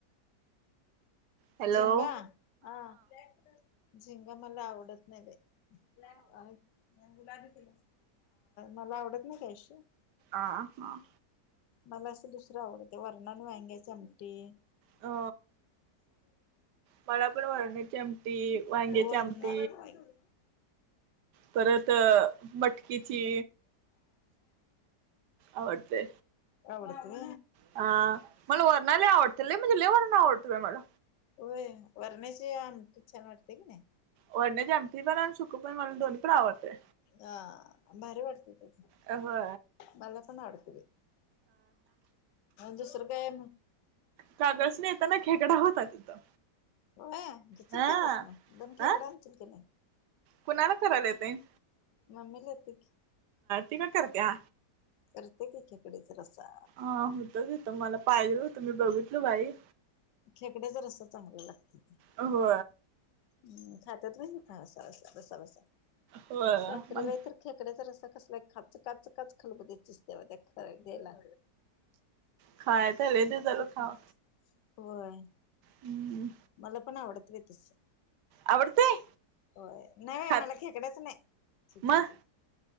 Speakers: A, on the right; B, on the left.
A: हॅलो
B: झिंगा हा. झिंंगा मला आवडत नाही का? गुलाबी किल मला आवडत नाही कशी
A: आ हां
B: मला असं दुसरं आवडतं वर्णन वांग्या चमटी
A: अ बळा पण वरण्या चमटी वांगे
B: वरणा
A: चमट
B: वांगी
A: परत मटकीची आवडते.
B: अवडती.
A: अ मला वरणाला आवडतील नाही म्हणजे ले वर्ण आवडतंय मला.
B: होय वरण्याची आमटी छान वाटते की नाही.
A: वरने जेमट पण आणि सुक पण मला दोनही पण आवडते.
B: ह भारी वाटते त्याथ
A: अ हो.
B: मला पण आडत दुसर काय?
A: कागज
B: अं
A: नाही येताना खेकडा होता तिथं
B: हो घेचील
A: हा
B: का नाहीस मग दोन ख्याकड
A: आ
B: आण काी नाही.
A: कुणाला करायला येत.
B: मम्मी ला येत की
A: ती का करत्या
B: करते का्याकडेच रसा
A: हा होतच होत मला पाहिजे होतं मी बघितल बाई
B: खेकडे जर असं चांगल्या लागतील.
A: हो
B: हम् खातात नाहीसा बसा बसा
A: होय
B: साखरी
A: मला
B: बाहे तर खेकड्याचा रसा कसला खच काच काच खलबुत चिसतेव त्या ख घ्यायला.
A: खायचले ते
B: बघ
A: झालं
B: पिठ
A: खा
B: होय
A: हम्म
B: मला पण आवडत आहे तस.
A: आवडतय
B: होय नाही
A: खात
B: मला खेकडच नाहीज.
A: मग